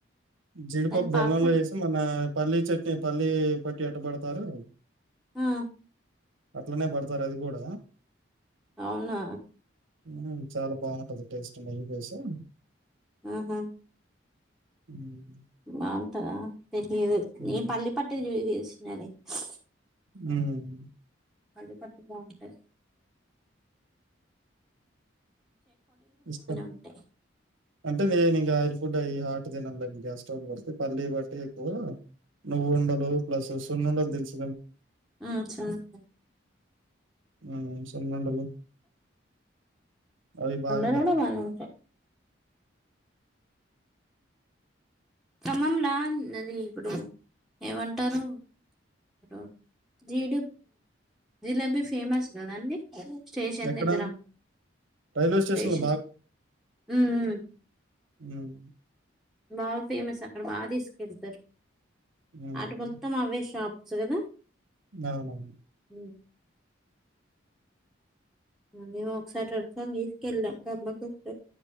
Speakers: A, on the right; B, in the centre.
A: జీడిపప్పు
B: దాని
A: బెల్లంలో
B: పాక
A: వేసి మొన్న పల్లీ చట్నీ పల్లీ పట్టి ఎట్టబడతారు
B: ఆ
A: అట్లనే పడతారు అది కూడ
B: అవునా
A: మమ్ చాలా బాగుంటది టెస్టు మల్లి పాస్ ఆ
B: ఆహా
A: హమ్
B: బాగుంటద తెలీదు
A: హ్మ్.
B: నీ పల్లిపట్ట జీవిదు స్నానిక్స్
A: మ్మ్
B: తల్ళ పట్టు బా ఉంటాది
A: ఇష్ట
B: ఉంటాయి
A: అంటే నేను ఇంకా రయిల్ ఫుడ్ అయ హాట్ దిన గ్యాస్ స్టవ్ పడి పల్లీ బట్టి ఎక్కువ నువ్వు ఉండలు ప్లస్ సున్ను ఉండలు తెలుసు
B: ఆ సున్నుండలు
A: మ్మ్ సున్నుండలు అవి భాగ
B: అ కూడా మను ఉంట ఖమ్మంలా అది ఇప్పుడు ఏమంటారు ఇడు జీడ జిలేబీ ఫేమస్ కదాండి స్టేషన్
A: ఎక్కడ?
B: దగ్గర
A: రైల్వే స్టేషన్‌లో
B: స్టేషన్ మ్మ్ హ్మ్
A: మ్మ్
B: బాగా ఫేమస్ అక్కడ బాగా తీసుకెళ్తారు
A: హ్మ్.
B: అటు మొత్తం అవేషాప్ సు గదా
A: అవునవును
B: మ్మ్ అండి ఒకసారి రెండుసార్లు తీస్కెలం కాస్త